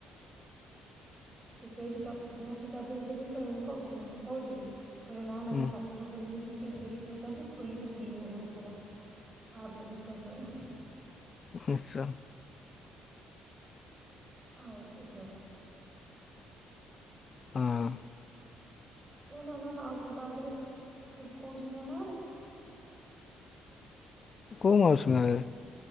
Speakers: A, on the right; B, on the left.
A: ସେ ସେଇଠି ଚପ୍ ବୁଟ୍ ରେ ଚାବି ରଖିବା ପାଇଁ କହି-କହୁଥି-ଲେ କହୁଥିଲେ, କହିଲେ ନା-ନା
B: ହୁଁ
A: ଏ ଚପ୍ ପଲ ଫପଲ ପିନ୍ଧୁଛି ଯଦି ଦେଖିଥିବ ଚାବି ଖୋଲିକି ବୁଲିବ ଘର ସାରା। ଆ ଉପରେ ବିଶ୍ୱାସ ନାହିଁ।
B: ନିଶ୍ଚ
A: ଫାଲତୁ ଝିଅଟା।
B: ହଁ।
A: <unintelligible> ମାଉସୀଙ୍କ ଆଗରେ ବସି କହୁଚି ମୋ ନାଁଆରେ।
B: କୋଉ ମାଉସି ନାରେ।